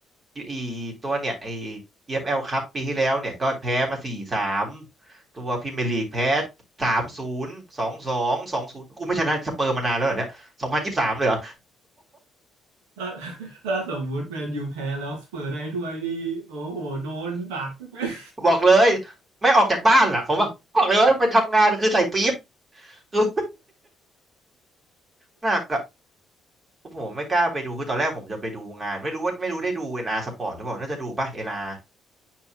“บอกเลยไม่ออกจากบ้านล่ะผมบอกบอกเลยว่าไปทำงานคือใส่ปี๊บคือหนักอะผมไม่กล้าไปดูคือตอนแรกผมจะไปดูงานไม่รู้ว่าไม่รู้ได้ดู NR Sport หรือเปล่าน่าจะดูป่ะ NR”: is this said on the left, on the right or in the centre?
Right